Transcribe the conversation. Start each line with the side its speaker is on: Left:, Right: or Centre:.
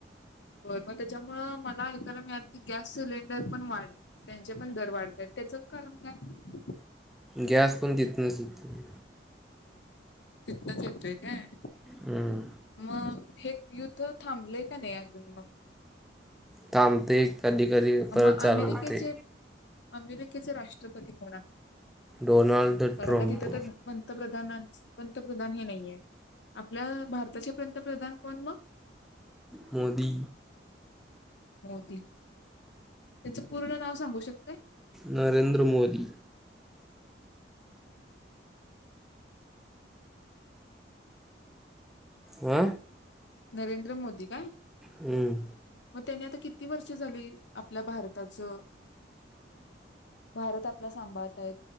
Left: बर मग त्याच्यामुळं मला ऐकायला मिळालं की गॅस सिलेंडर पण वाढ त्यांचे पण दर वाढलेत त्याच कारण काय?
Centre: गॅस पण तितनंच येतंय.
Left: तिथनच येतोय काय?
Centre: हम्
Left: मग हे युद्ध थांबलेय का नाही अजून मग
Centre: थांबते कधी कधी परत
Left: मग
Centre: चालू
Left: अमेरिकेचे
Centre: होतय
Left: अमेरिकेचे राष्ट्रपती कोण आहेत.
Centre: डोनाल्ड
Left: कारण
Centre: ट्रम्प
Left: का तिथे तर पंतप्रधाना - पंतप्रधान हे नाहीयत. आपल्या भारताचे पंतप्रधान कोण मग
Centre: मोदी
Left: मोती त्यांचं पूर्ण नाव सांगू शक -
Centre: नरेंद्र मोदी आ
Left: नरेंद्र मोदी काय
Centre: हम्म
Left: मग त्यांनी आता किती वर्ष झाली आपल्या भारताचं भारत आपला सांभाळताय